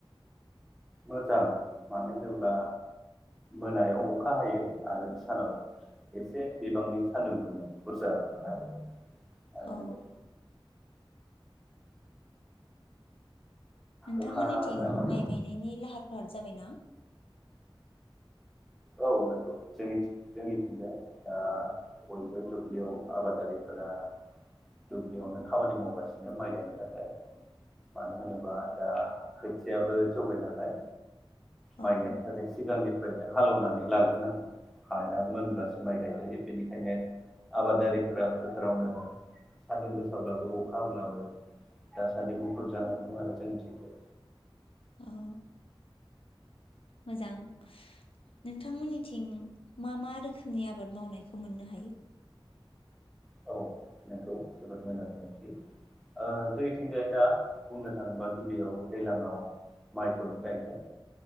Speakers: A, in the centre; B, on the left.
A: मोजां मानो होनोब्ला मोनायाव अखा हायो आरो सानाव एसे बिबांनि सान्दुं दुंङो। बुरजा नंङा आरो आरो
B: औ नोंथांमोननिथिं
A: अखाया माने
B: माइ गायनायनि लाहार फाहार जाबायना?
A: औ नोंगौ जोंनिथि जोंनिथिंजाय दा बयबो दुब्लियाव आबादारिफोरा दुब्लियावनो खामानि मावगासिनो माइ गायनो थाखाय मानो होनोबा दा खोथियाबो जौबाय नालाय।
B: औ
A: माइ गायनो थाखाय सिगांनि बेहाय हालौना लाग्रोनांगो, हाया मोनब्लासो माइ गायजायो बेनिखायनो आबादारिफोरा फोथारावनो सान्दुं गोसाब्लाबो अखा हाब्लाबो दासान्दि मुखुब जानानै दं आरो जोंनिथिंजाय।
B: औ मोजां नोंथांमोननिथिं मा मा रोखोमनि आबाद मावनायखौ मोननो हायो?
A: औ नोंगौ जोबोर मोजां सोंथि ओ जोंनिथिंजाय दा बुंनो थांङोबा गिबियाव दैलां आव माइखौनो गायगोन